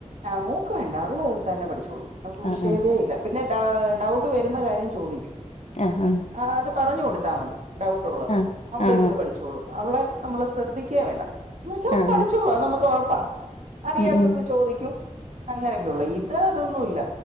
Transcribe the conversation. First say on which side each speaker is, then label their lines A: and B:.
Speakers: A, on the right (about 70°); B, on the left (about 60°).
A: ആ മോക്ക് വേണ്ട അവള് തന്നെ പഠിച്ചോളും അവൾക്ക്
B: ആഹ്
A: വിഷയമേ ഇല്ല പിന്നെ ഡൗ ഡൗട്ട് വരുന്ന കാര്യം ചോദിക്കും.
B: ആഹ് ആഹ്.
A: ആ അത് പറഞ്ഞു കൊടുത്താ മതി ഡൗട്ട്ള്ളത്
B: ആഹ്
A: അവളിരുന്ന്
B: ആഹ് ആഹ്
A: പഠിചോള്ളൂ അവളെ നമ്മൾ ശ്രദ്ധിക്കേ വേണ്ട. എന്ന്ച്ചാ
B: ആഹ്
A: പഠിച്ചോളൂ
B: ആഹ്
A: നമ്മക്കൊറപ്പാ അറിയാത്തത്
B: ഉം ഉം
A: ചോദിക്കും അങ്ങനെ ള്ളു ഇത് അതൊന്നുല്ല